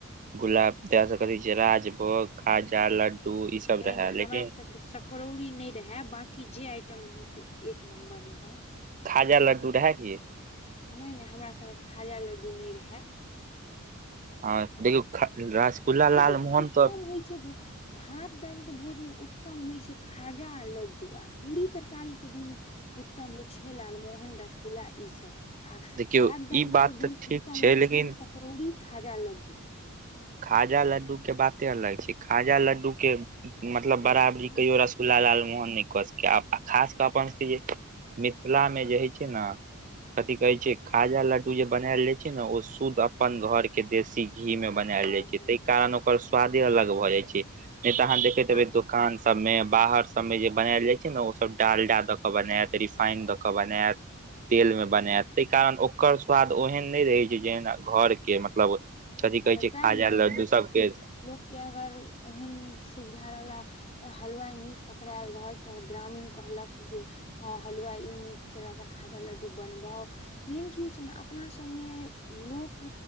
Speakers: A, on the right; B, on the left.
A: गुलाब कहै छै राजभोग, खाजा, लड्डू इ सब
B: नै
A: रहे
B: नै हमरा
A: लेकिन
B: सबके सकड़ौरी नै रहै बाँकी जे आइटम रहै से एक नम्बर रहे।
A: खाजा लड्डू रहे की?
B: नै नै हमरा सब मे खाजा लड्डू नै रहे।
A: <unintelligible>
B: लेकिन
A: लालमोहन
B: उत्तम
A: तऽ
B: होइ छै भात दालि के भोज मे उत्तम होइ छै खाजा आ लड्डू आ पूरी तरकारी के दिन उत्तम होइ छै लालमोहन रसगुल्ला ई सब। आ
A: देखियौ
B: भात दालि
A: ई बात
B: के दिन
A: तऽ ठीक
B: उत्तम
A: छै
B: होइ
A: लेकिन
B: छैय, सकरौरी खाजा लड्डू।
A: खाजा लड्डू के बाते अलग छैय खाजा लड्डू के मतलब
B: हँ
A: बराबरी
B: हँ
A: कहियो रसगुल्ला लालमोहन नइ कऽ सकैयऽ आब, खास कऽ अपन सभके जे मिथिला में जे हइ छैय नऽ कहैय छैय खाजा लड्डू जे बनायल जाय छैय ने ओ शुद्ध अप्पन घर कें देशी घी में बनायल
B: हँ
A: जाय छैय
B: हँ
A: तैइ कारण ओकर स्वादे अलग भऽ जाय छैय नइ तऽ अहाँ देखैत
B: आ
A: हेबैय दोकान सभ में बाहर सभ में जे बनायल जाइ छैय नऽ ओ सभ डालडा दऽ कऽ बनायत रिफाइन दऽ कऽ बनायत।
B: <inaudible>
A: तेल में बनायत तइ कारण ओकर स्वाद
B: हँ
A: ओहेन नइ रहैय छैय जेना घर के मतलब कथी
B: हँ
A: कहैय
B: तऽ तें
A: छैय खाजा
B: ने
A: लड्डू
B: लोक
A: सभके
B: की लोक के अगर ओहेन सुविधा रहला हलुवाई नीक पकड़ायल रहल तऽ ग्रामीण कहलक जे हँ, हलुआई ई नीक छैय एकरा से खाजा लड्डू बनबाऊ। मेन की होइ छैय नऽ अपना सभ में लोक